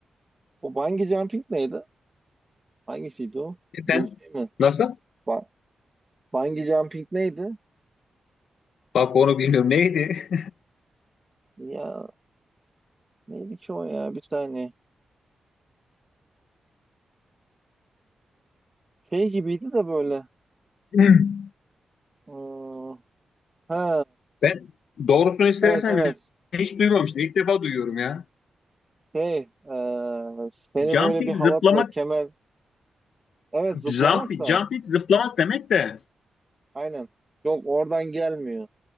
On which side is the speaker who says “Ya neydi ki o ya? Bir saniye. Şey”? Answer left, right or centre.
Right